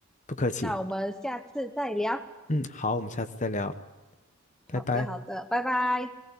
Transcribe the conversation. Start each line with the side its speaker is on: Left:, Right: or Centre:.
Left: 不客气。
Centre: 那我们下次再聊。
Left: 嗯，好，我们下次再聊，拜拜。
Centre: 好的，好的，拜拜。